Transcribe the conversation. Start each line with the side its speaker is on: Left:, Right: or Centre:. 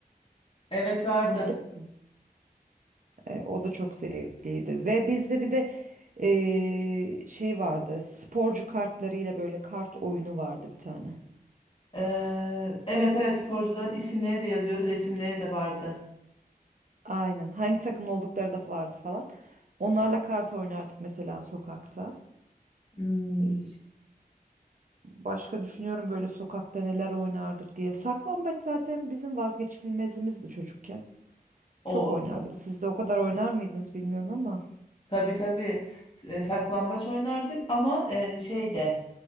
Left: Evet vardı.
Right: Bunu biliyor musun? E, o da çok zevkliydi. Ve bizde bir de e, şey vardı. Sporcu kartlarıyla böyle kart oyunu vardı bir tane.
Left: Ee, evet evet sporcuların isimleri de yazıyordu resimleri de vardı.
Right: Aynen. Hangi takım oldukları da vardı falan. Onlarla kart oynardık mesela sokakta.
Left: Hmm,
Right: E, başka düşünüyorum böyle sokakta neler oynardık diye. Saklambaç zaten bizim vazgeçilmezimizdi çocukken.
Left: o
Right: Çok oynardık.
Left: tabii
Right: Siz de o kadar oynar mıydınız bilmiyorum ama.
Left: tabii, tabii. E, saklambaç oynardık ama e, şey de